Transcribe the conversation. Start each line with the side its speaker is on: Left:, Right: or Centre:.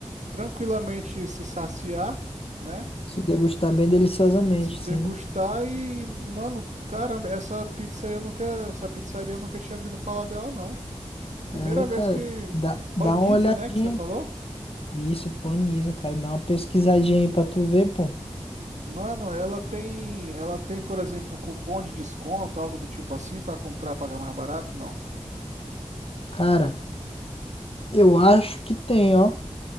Right: tranquilamente se saciar, né?
Left: Se degustar bem deliciosamente,
Right: Se degustar
Left: sim.
Right: e, mano, caramba, essa pizza aí eu nunca, essa pizzaria eu nunca tinha ouvido falar dela, não. Primeira
Left: É, cara,
Right: vez que
Left: dá, dá
Right: Paniza,
Left: uma olhadinha.
Right: né, que você falou?
Left: Isso, paniza, cara, dá uma pesquisadinha aí pra tu ver, pô.
Right: Mano, ela tem, ela tem, por exemplo, cupom de desconto, algo do tipo assim, para comprar, pagar mais barato? Não.
Left: Cara, eu acho que tem, ó.